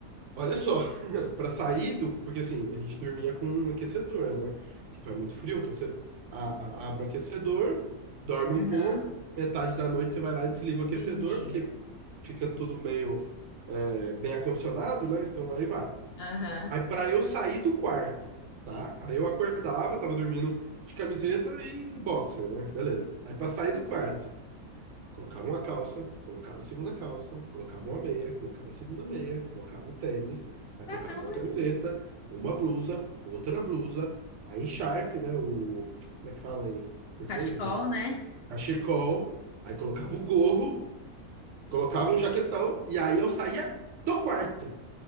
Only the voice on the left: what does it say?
uhum.
Diz, miga.
Aham.
Tá
doido.
Cachecol,
né?